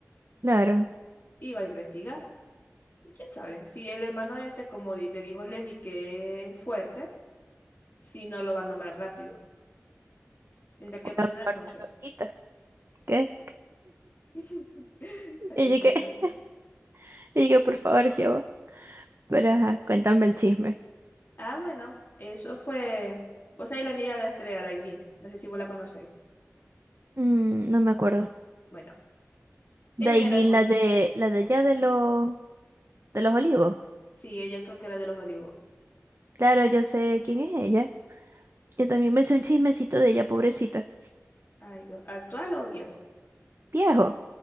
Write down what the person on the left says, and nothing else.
y va a investigar. y ¿Quién sabe? Si el hermano este, como di- te dijo Leli, que es fuerte, si no lo va a nombrar rápido. Tendrá que
madurar
mucho.
<laughs> Para
que
sepa.
Ah, bueno, eso fue. Vos sabés la amiga de Estrella, Dailin. No sé si vos la conocéis.
Bueno,
ella era muy.
Sí, ella creo que era de los Olivos.
Ay, Dios. ¿Actual o viejo?